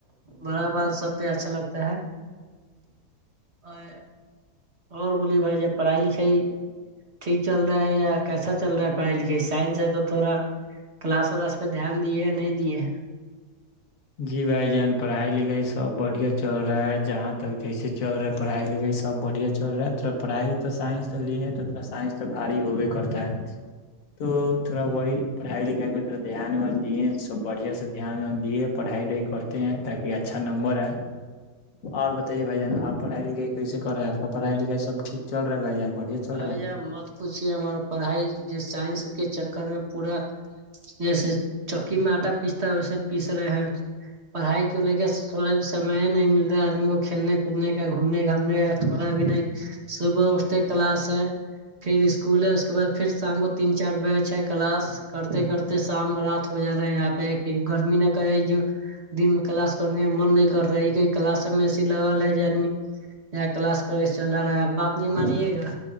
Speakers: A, on the right (about 40°); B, on the left (about 55°).
A: بڑا بال سب پہ اچھا لگتا ہے اور اور بووللیے بھائی ج پڑھائی لکھائی ٹھیک چل رہا ہے یا کیسا چل رہا ہے پڑھائی لکھائی سائنس ہے تو تھوڑا کلاس ولاس پہ دھیان دیے ہیں نہیں دیے ہیں
B: جی بھائی جان پڑھائی لکھائی سب بڑھیا چل رہا ہے جہاں تک جیسے چل رہا پڑائی لکھائی س بڑھیا چ رہا تھوڑاڑائی تو سائس تو لیا سائنس تو بھاری ہوبے کرتا ہے تو تھوڑا وہی پڑھائی لکھائی پہ تھوڑا دھیان دیے سب بڑھیا سے دھیان دیے پڑھائی ڈائی کرتے ہیں تاکہ اچھا نمبر آئے اور بتائیے بھائی جان آپ پھائی لکھائی کیس کر رہے ہیں آ کا پڑائی لکھائی سبٹھیک چل رہا بھائی جان بڑھیا چل
A: بھائی
B: رہا ہے
A: مت پوچھیے ہمار پڑھائی سائنس کے چکر میں پورا ج چوکی م آٹا پیس اسے پیس رہے ہیں پڑھائی کو لے کے تھوڑا بھی سمے نہیں مل رہا ہے آدمی کو کھیلنے کودنے کا گھومنے گھامنے کا تھوڑا بھی نہیں صبح اٹھ ت ہے پھر اسکول ہے اس کے بعد پھر شام کو تین چار بیچ ہے کلاس کرتے کرتے شام رات ہو جا رہا ہے یہاں پہ کہ گرمی نہ کہے جو دن میں کلاس کرنے میں من نہیں کر رہا ہے کی کلاس سب میں ایسی لگل ہے ج آدمی یا کلاس کر کے چلا رہا ہے اب بات نہیں مانیے گا